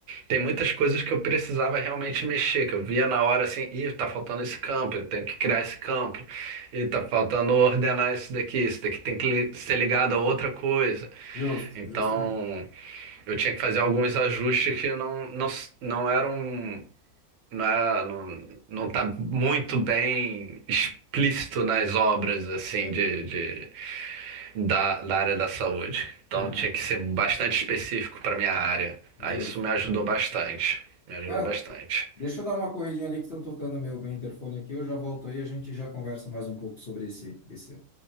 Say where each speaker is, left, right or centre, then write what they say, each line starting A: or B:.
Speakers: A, on the right (about 65°); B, on the left (about 50°).
A: tem muitas coisas que eu precisava realmente mexer, que eu via na hora assim, ih, tá faltando esse campo, eu tenho que criar esse campo, e tá faltando ordenar isso daqui, isso daqui tem que li- ser ligado a outra coisa.
B: Justo,
A: Então,
B: justamente.
A: eu tinha que fazer alguns ajustes que não, não, s- não eram, não, é- não, não tá muito bem explícito nas obras, assim, de, de- da, da área da saúde. Então,
B: É.
A: tinha que ser bastante específico para minha área.
B: Justo.
A: Aí, isso me ajudou bastante. Me ajudou
B: Cara,
A: bastante.
B: deixa eu dar uma corridinha ali que estão tocando meu, meu interfone aqui. Eu já volto aí, a gente já conversa mais um pouco sobre esse, esse,